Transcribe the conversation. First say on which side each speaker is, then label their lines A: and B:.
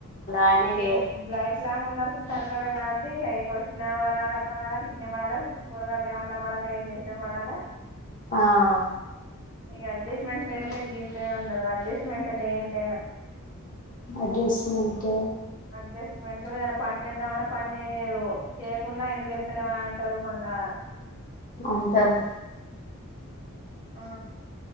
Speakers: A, on the left; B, on the left.
A: ఆయనకి
B: ఈ లైఫ్లాంగ్ ఉండాడుతు తార అయినా తోనే కాబట్టి ఇగ కొట్టిన పడాలి పడాలా తిట్టిన పడాలి పోరగాళ్ళు ఏమన్న పడాలా ఏం చేసినా పడాలా
A: అవ్
B: ఇక అడ్జస్ట్మెంట్ లేనిది ఇగ జీవితమే ఉండదు అడ్జస్ట్మెంట్ ఎ దేనికైనా
A: అడ్జస్ట్మెంట్
B: అడ్జస్ట్మెంట్ ఏదైనా పని చేద్దామన్నా పని చేయనీయారు చేయకుంనా చేతలేవ అని అంటారు మళ్ళా
A: ఉంటది
B: ఆ